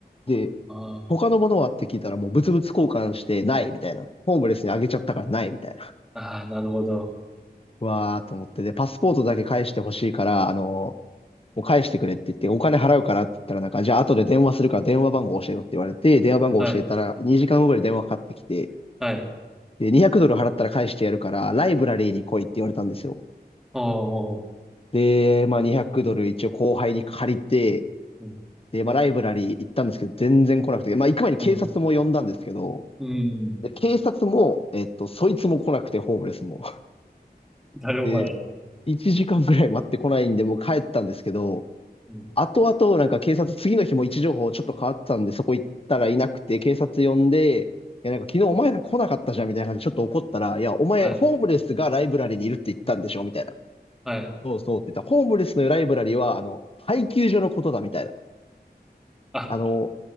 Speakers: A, on the left (about 35°); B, in the centre.
A: で、
B: ー、
A: 他のものはって聞いたら、もう物々交換して、ない、みたいな。ホームレスにあげちゃったから、ない、みたいな。<laughs>
B: あー、なるほど。
A: うわーと思って、で、パスポートだけ返してほしいから、あの、もう返してくれって言って、お金払うからって言ったら、なんか、じゃあ後で電話するから電話番号教えろって言われて、電話番号教えたら、
B: はい、
A: 2時間後ぐらい電話かかってきて、
B: はい、
A: で、200ドル払ったら返してやるから、ライブラリーに来いって言われたんですよ。
B: お
A: で、まあ200ドル一応後輩に借りて、
B: ー、うん、
A: で、まあライブラリー行ったんですけど、全然来なくて、まあ行く前に警察も呼んだんですけど、
B: うん、うん。
A: で、警察も、えっと、そいつも来なくて、ホームレスも。
B: 誰も来ない。
A: で、1時間ぐらい待ってこないんで、もう帰ったんですけど、
B: うん、
A: 後々なんか警察、次の日も位置情報ちょっと変わってたんで、そこ行ったらいなくて、警察呼んで、いや、なんか昨日お前ら来なかったじゃんみたいな感じでちょっと怒ったら、いや、お前、
B: はい、
A: ホームレスがライブラリーにいるって言ったんでしょみたいな。
B: はい。
A: そうそうって言ったら、ホームレスのライブラリーは、あの、配給所のことだみたいな。
B: あ、
A: あの、